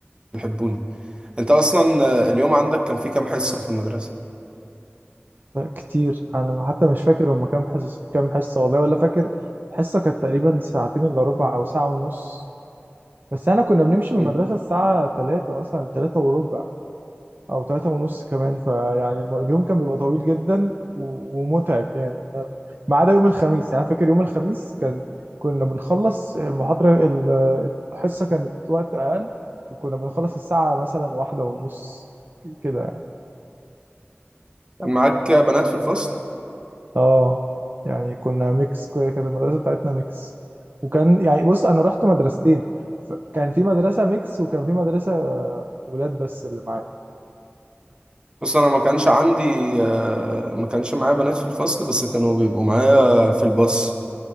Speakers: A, on the right; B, on the right.
A: بيحبوني انت اصلا آه، اليوم عندك كان فيه كام حصه في المدرسه
B: لا كتير انا حتى مش فاكر هما كام حصص كام حصه والله ولا فاكر حصه كانت تقريبا ساعتين الا ربع او ساعه ونص بس انا كنا بنمشي من
A: مم.
B: المدرسه الساعه 3 مثلا 3 وربع او 3 ونص كمان فيعني اليوم كان بيبقى طويل جدا و- ومتعب يعني ما عدا يوم الخميس يعني أنا فاكر يوم الخميس كان كنا بنخلص المحاضره ال- الحصه كانت وقت اقل وكنا بنخلص الساعه مثلا واحدة ونص كده يعني.
A: كان معاك بنات في الفصل
B: اه يعني كنا ميكس كده كده المدرسه بتاعتنا ميكس وكان يعني بص انا رحت مدرستين ف- كان في مدرسه ميكس وكان في مدرسه ولاد بس اللي معايا
A: بص انا ما كانش عندي آه، ما كانش معايا بنات في الفصل بس كانوا بيبقوا معايا في الباص